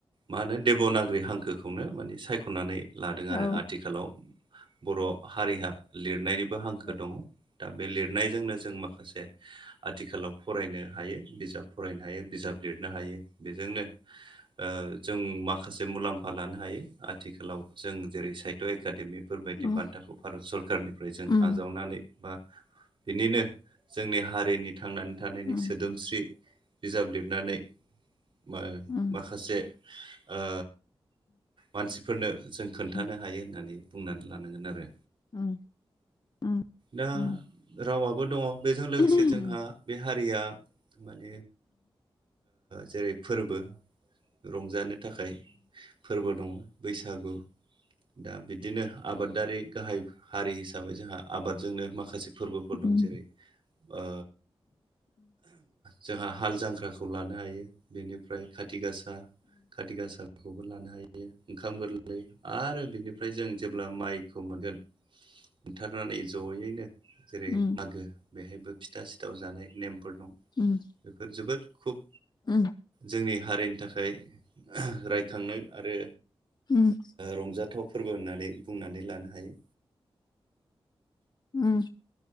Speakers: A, on the right; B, on the left.
A: मा होनो देब'नागिरि हांखोखौनो माने सायख'नानै लादों आरो
B: औ
A: आथिखालाव बर'
B: औ
A: हारिया लिरनायनिबो हांखो
B: औ
A: दङ दा बे लिरनायजोंनो जों माखासे आथिखालाव फरायनो हायो बिजाब फरायनो हायो बिजाब लिरनो हायो बेजोंनो जों माखासे मुलाम्फा लानो हायो आथिखालाव जों जेरै साय ब' एकाडेमिफोर बायदि
B: उम
A: बान्थाखौ
B: उम
A: भारत सरकारनिफ्राय जों
B: उम
A: आजावनानै बा बिनिनो जोंनि हारिनि थांनानै थानायनि
B: उम उम
A: सोदोमस्रि बिजाब लिरनानै म
B: उम
A: माखासे ओ मानसिफोरनो जों खोन्थानो
B: उम
A: हायो होननानै बुंनानै लानांगोन आरो
B: <unintelligible> उम
A: दा
B: उम उम उम
A: रावाबो दङ बेजों
B: उम
A: लोगोसे जोंहा
B: उम
A: बे हारि हारिया मान जेरै फोरबो रंजानो थाखाय फोरबो दङ बैसागु दा बि बिदिनो आबादारि गाहाय हारि हिसाबै जोंहा आबादजोंनो माखासे फोरबोफोर
B: उम
A: दं जेरै ओ जोंहा हाल जांख्राखौ लानो हायो बेनिफ्राय खाथि गासा खारति गासाखौबो लानो हायो ओंखाम गोरलै आरो बेनिफ्राय जों जेब्ला माइ खौ मोनगोन थारनानै जयैनो जेरै
B: उम
A: मागो बेहायबो फिथा सिथाव जानाय नेमफोर दं
B: उम
A: बेफोर जोबोद खुब
B: उम
A: जोंनि हारिनि थाखाय रायखांनाय आरो
B: उम
A: रंजाथाव फोरबो होननानै बुंनानै लानो हायो
B: उम